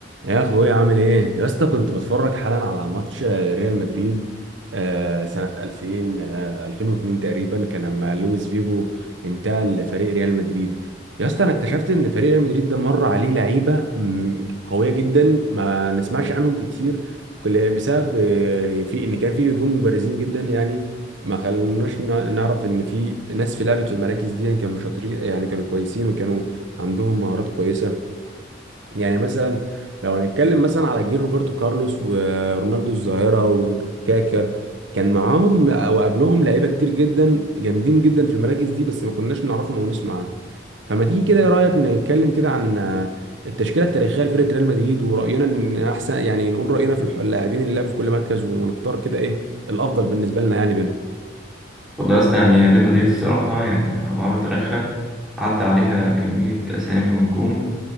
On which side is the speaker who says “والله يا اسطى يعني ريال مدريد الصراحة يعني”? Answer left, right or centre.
Centre